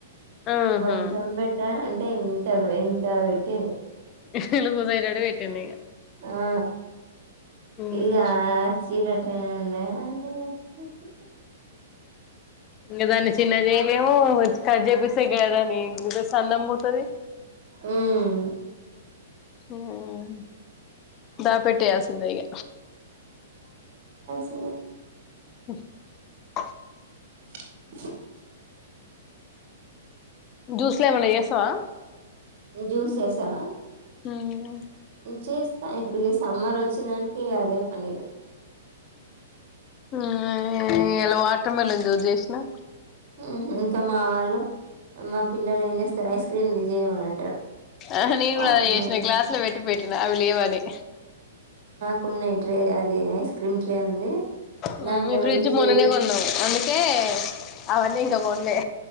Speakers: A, on the left; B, on the right.
A: ఆహా
B: కొంచెం పెట్టా నం అంటే ఇంత ఇంత పెట్టింది
A: ఉహ్ లూస్ అయ్యేదట్టు పెట్టింది ఇకా
B: ఆ
A: మ్మ్
B: ఇకా చీర <unintelligible>
A: ఇంకా దాన్ని చిన్న చేయలేము కట్ చేపిస్త గదని అందం పోతది
B: ఉమ్
A: ఉమ్ దాపెట్టేయాల్సిందే ఇగ
B: ఏం
A: <unintelligible>
B: <unintelligible>
A: జ్యూసులు ఏమన్నా చేస్తావా
B: జ్యూసెసా
A: ఉమ్
B: చేస్తా ఇప్పుడు ఇక సమ్మర్ వచ్చ చిన్నోనికి ఇగ అదే పని ఇగ
A: ఆ ఇయ్యాల వాటర్ మిలన్ జ్యూస్ చేసినా
B: ఉహూ ఇంకా మా వాళ్ళు మా పిల్లలు ఏ చేస్తారు ఐస్క్రీమ్ చెయ్ మా అని అంటారు
A: ఆహా నేను
B: వాటర్
A: కూడా అది చేసిన
B: మిలన్
A: గ్లాస్ లో పెట్టి పెట్టినా అవి లేవ్ అని
B: పున్నై ట్రే అది ఐస్ క్రీమ్ ట్రే ఉంది
A: ఉమ్
B: దాంట్లో
A: మేం ఫ్రిడ్జ్
B: పెట్టి
A: మొన్ననే
B: చెయ్యి
A: కొన్నాము అందు కే అవన్నీ ఇంకా కొన్లే